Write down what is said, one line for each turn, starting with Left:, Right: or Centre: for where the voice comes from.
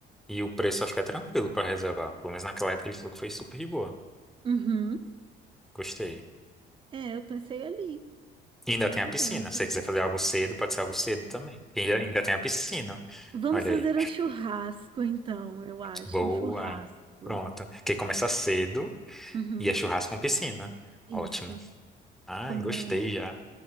Centre: e o preço acho que é tranquilo pra reservar. Pelo menos naquela época ele falou que foi super de boa.
Right: uhum.
Centre: Gostei.
Right: É, eu pensei ali,
Centre: E ainda tem
Right: não
Centre: a piscina.
Right: tenho muita
Centre: Se você
Right: ideia.
Centre: quiser fazer algo cedo, pode ser algo cedo também. E ainda ainda tem a piscina.
Right: Vamos
Centre: Olha
Right: fazer
Centre: aí.
Right: um churrasco, então, eu acho,
Centre: Boa.
Right: um churrasco.
Centre: Pronto. Quer começar cedo
Right: Uhum,
Centre: e é churrasco com piscina.
Right: isso.
Centre: Ótimo. Ai,
Right: E como
Centre: gostei já.